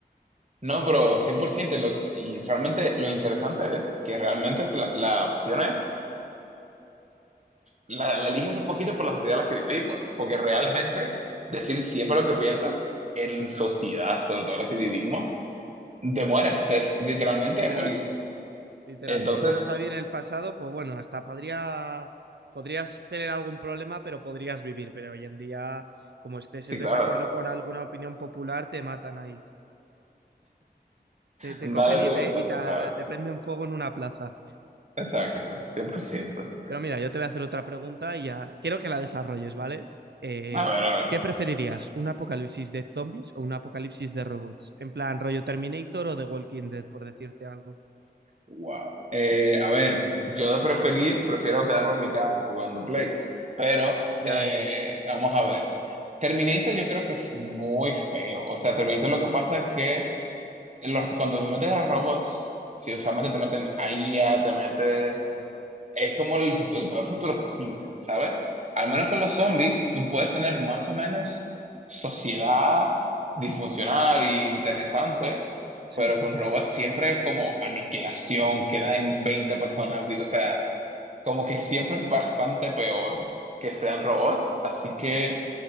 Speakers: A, on the right; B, on the right.
A: no, pero 100%. Y, lo- y realmente lo interesante es que realmente la la opción es... la, la eliges un poquito por la sociedad en la que vivimos, porque realmente decir siempre lo que piensas en sociedad, sobre todo en la que vivimos, te mueres, o sea, es literalmente
B: literal,
A: de morirse.
B: literal.
A: Entonces,
B: Si llegamos a vivir en el pasado, pues bueno, hasta podría, podrías tener algún problema, pero podrías vivir, pero hoy en día, como estés
A: sí,
B: en desacuerdo
A: claro,
B: con alguna opinión popular, te matan ahí. Te, te
A: dale
B: cogen y,
A: tú entonces,
B: te, y te,
A: a ver.
B: te prenden fuego en una plaza.
A: Exacto, cien por ciento
B: Pero mira, yo te voy a hacer otra pregunta y ya quiero que la desarrolles, ¿vale? Eh,
A: A ver, a ver.
B: ¿Qué preferirías? ¿Un apocalipsis de zombies o un apocalipsis de robots? En plan, rollo Terminator o The Walking Dead, por decirte algo.
A: Wow. Eh, a ver, yo de preferir, prefiero quedarme en mi casa jugando Play, pero
B: Ya,
A: eh,
B: ya.
A: vamos a ver. Terminator yo creo que es muy feo. O sea, Terminator lo que pasa es que los- cuando te metes a robots, si usualmente te meten a IA, te metes... Es como el, futu- el peor futuro posible, ¿sabes? Al
B: Ujú.
A: menos con los zombies, tú puedes tener más o menos sociedad disfuncional e interesante,
B: Sí.
A: pero con robots siempre es como aniquilación, quedan veinte personas,
B: Ujú.
A: vi- o sea, como que siempre es bastante peor que sean robots, así que...